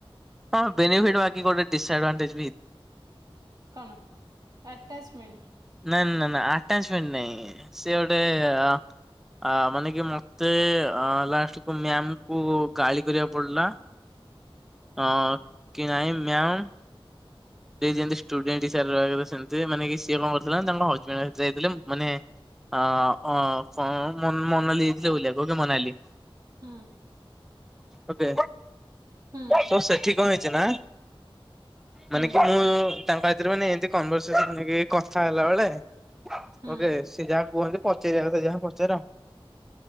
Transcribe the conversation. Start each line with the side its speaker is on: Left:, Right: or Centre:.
Centre: ହଁ ବେନିଫିଟ ବାକି ଗୋଟେ ଡିସାଡଣ୍ଟେଜ
Right: କଣ ଆଟାଚମେଣ୍ଟ
Centre: ନାଇ ନା ନାଇଁ ଆଟଚମଣ୍ଟ ନାଇଁ ସେ ଗୋଟେ ଆ ଆ ମାନେ କି ମତେ ଆ ଲାଷ୍ଟ କୁ ମ୍ୟାମ ଙ୍କୁ ଗଳି କରିବାକୁ ପଡଲା ହଁ କି ନାହିଁ ମ୍ୟାାମ ସେ ଯେମିତି ସ୍ଟୁଡେଣ୍ଟ ହିସାବରେ ରହିବା କଥା ସେମିତି ମାନେ କି ସିଏ କଣ କରିଥିଲେ ତାଙ୍କ ହଜବେଣ୍ଡସାଥିରେ ଯାଇଥିଲେ ମ ମାନେ ଅଁ ଅଁ କଣ ମନ ମନାଲି ଯାଇଥିଲେ ବୁଲିବାକୁ ହୋଉ କି ମନାଲି।
Right: ହୁଁ।
Centre: ଓକେ।
Right: ହୁଁ
Centre: ତ ସେଠି କଣ ହେଛି ଛି ନା
Right: ହୁଁ।
Centre: ମାନେ କି ମୁଁ ତାଙ୍କ ସାଥିରେ ମାନେ ଏମିତି କନଭରସେସନ ହେ କଥା ହେଲା ବେଳେ
Right: ହୁଁ
Centre: ଓକେ ସେ ଯାହା କୁହନ୍ତି ପଚାରିବା କଥା ଯାହା ପଚାର